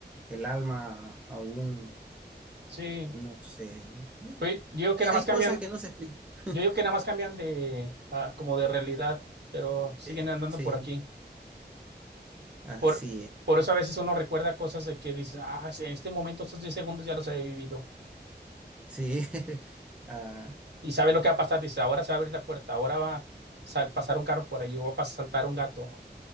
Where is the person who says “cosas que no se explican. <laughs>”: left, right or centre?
Centre